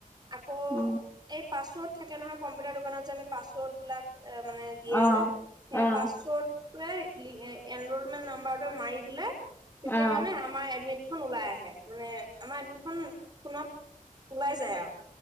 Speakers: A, on the right; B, on the left.
A: আকৌ
B: উম
A: এই পাছৱৰ্ড থাকে নহয় কম্পিউটাৰ দোকানত যে আমি পাছৱৰ্ড‌‌ বিলাক এ মানে দিয়ে
B: অ',
A: যে সেই
B: অ',
A: পাছৱৰ্ড টোৱে এনৰলমেন্ট নাম্বাৰটোৱে মাৰি দিলে তেতিয়া
B: অ',
A: মানে আমাৰ এডমিট খন ওলাই আহে মানে আমাৰ <unintelligible> ফোনত ওলাই যায় আৰু